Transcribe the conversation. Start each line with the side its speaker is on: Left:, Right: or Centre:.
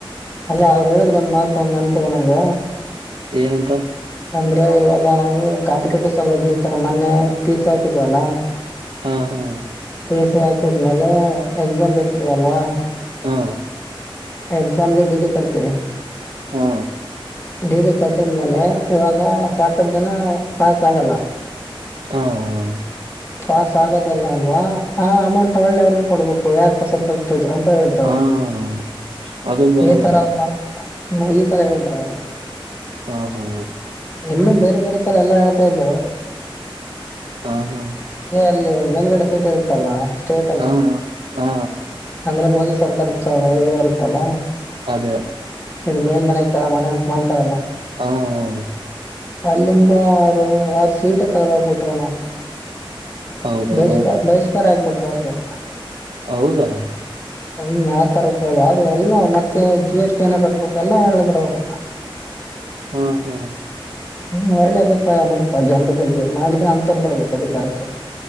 Left: ಅಲ್ಲ ಅವ್ರು ಹೇಳಿದ್ರ ಒಂದ ಮಾತು ಒಂದು ನೆನಪಿದೆ ನಂಗ
Right: ಏನಂತ
Left: ಅಂದ್ರೆ ಇವಾಗ ನಾವು ಕಾಂಪಿಟೇಟಿವ್ ಸಲ ಹೋಗಿ ಇ ತರ ಮೊನ್ನೆ ಪಿ ಸಿ ಹಾಕಿದ್ವಲ್ಲ
Right: ಹಾ ಹಾ
Left: ಪ ಸಿ ಹಾಕಿದ್ಮೇಲೆ ಎಕ್ಸಾಮ್ ಬರೀತೀವಲ್ವಾ
Right: ಹಾ
Left: ಎಕ್ಸಾಮಗೆ ಡಿಟ ಕತವೆ
Right: ಹಾ
Left: ಡಿ ಡಿ ಕಟ್ಟಿದ್ಮೇಲೆ ಇವಾಗ ಸಾಕಷ್ಟು ಜನ ಪಾಸ್ ಆಗಲ್ಲ
Right: ಹಾ ಹ
Left: ಪಾಸ್ ಆಗೋದಿಲ್ಲ ಅಲ್ವಾ ಆ ಅಮೌಂಟ್ ಒಳ್ಳೆ ಅವ್ರಿಗೆ ಕೊಡ್ಬೇಕು ಯಾಕ ಹೊಸರ್ಗ ಆಗ್ತ ಇದ್ರಂತ ಹೇಳಿದ್ರ
Right: ಹಾ
Left: ಅವರು
Right: ಹಾ ಅದು ಬರಬರಿ
Left: ಏತರ ಅವ್ರ ಮಾ ನ ಈ ತರ ಹೇಳಿದ್ರ ಅವ್ರು
Right: ಹಾ ಹಾ
Left: ಇನ್ನುೂ ಬೇರೆ ಬೇರೆ ತರ ಎಲ್ಲಾ ಹೇಳ್ತಾ ಇದು
Right: ಹಾ ಹಾ
Left: ಅಲ್ಲಿ ಮೇಲುಗಡೆ ಸೀಟ ಇರುತ್ತಲ್ಲ ಸ್ಟೇಟ್ ಅಲ್ಲಿ
Right: ಹಾ ಹಾ
Left: ಅಂದ್ರೆ ಮೋದಿ ಸರ್ಕಾರ ಚ ಇದ ಇರುತ್ತಲ್ಲ
Right: ಅದೇ
Left: ಇದು ಮೇಲ್ ಮನೆ ಕೆೇಳಳ ಮನೆ ಅಂತ ಮಾಡ್ತಾರಲ್ಲ
Right: ಹ ಹ
Left: ಅಲ್ಲಿಂದ ಆರು ಆರ್ ಸೀಟ ತಗ್ದಾಕ್ಬಿಟ್ರನು
Right: ಹೌದಾ
Left: ಬಹಿಷ್ಕಾರ
Right: ಲೋಕ್
Left: ಬಹಿಷ್ಕಾರ ಆಗ್ಬಿಟ್ರ ಅವ್ರಿಗೆ
Right: ಹೌದಾ
Left: ಹ ನಾವ್ ತರಕ ಹೇಳ ಯು ಎಲ್ಲ ಮತ್ತೆ ಜಿ ಎಸ್ ಟಿನ್ನ ಕಟ್ಬೇಕ ಎಲ್ಲಾ ಹೇಳಿದ್ರ ಅವ್ರು
Right: ಹಾ ಹಾ
Left: ಹ್ಮ್ ಒಳ್ಳೆ ಅಭಿಪ್ರಾಯ ಬರಪಾ ಜನ್ರ ಬಗ್ಗೆ ಮಾಡಿದ್ರೆ ಅಂತವ್ ಬರ್ಬೇಕಕ್ ಅಧಿಕಾರಕ್ಕೆ